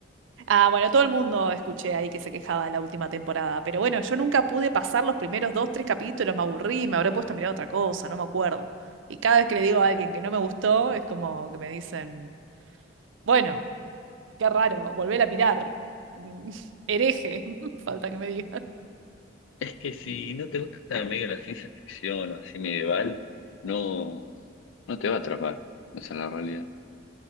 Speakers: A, on the right; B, on the left.
A: Ah, bueno, todo el mundo escuché ahí que se quejaba de la última temporada, pero bueno, yo nunca pude pasar los primeros dos, tres capítulos, me aburrí, me habré puesto a mirar otra cosa, no me acuerdo. Y cada vez que le digo a alguien que no me gustó, es como que me dicen, bueno, qué raro, volver a mirar. Mm, <laughs> Hereje, <laughs> falta que me digan.
B: Es que si no te gusta medio la ciencia ficción o así medieval, no, no te va a atrapar. Esa es la realidad.